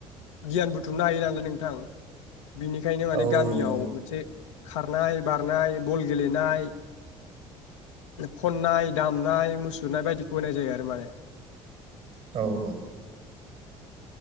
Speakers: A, on the left; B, on the right.
A: गियान बुथुमनो हायोनालाय नोंथां। बिनिखायनो माने
B: औ
A: गामियाव
B: नंगौ नंगौ
A: मोनसे खारनाय बारनाय बल गेलेनाय खननाय दामनाय मुसुरनाय बायदिखौ होनाय जायो आरो माने।
B: औ औ।